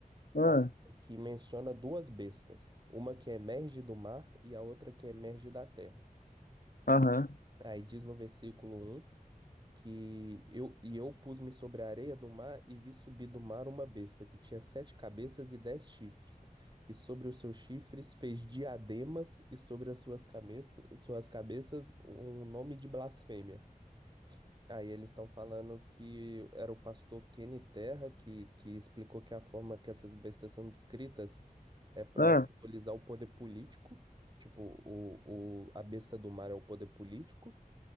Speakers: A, on the right; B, on the left.
A: falando
B: Ah,
A: que menciona duas bestas, uma que emerge do mar e a outra que emerge da terra.
B: Aham.
A: Aí diz no versículo um que eu, e eu pus-me sobre a areia do mar e vi subir do mar uma besta que tinha sete cabeças e dez chifres, e sobre os seus chifres fez diademas e sobre as suas cabeças, suas cabeças um nome de blasfêmia. Aí eles estão falando que era o pastor Kenny Terra que, que explicou que a forma que essas bestas são descritas é para
B: Ah,
A: simbolizar o poder político, tipo, o, o, a besta do mar é o poder político,